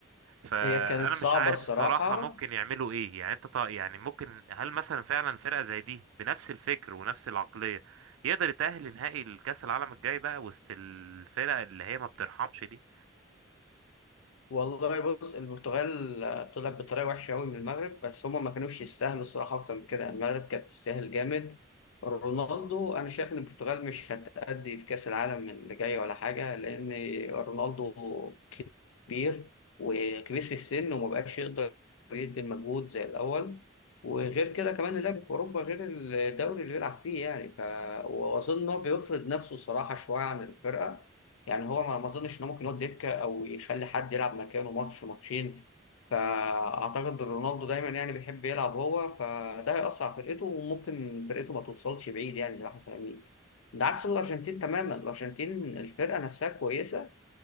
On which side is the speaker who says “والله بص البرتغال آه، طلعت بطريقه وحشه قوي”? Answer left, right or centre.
Left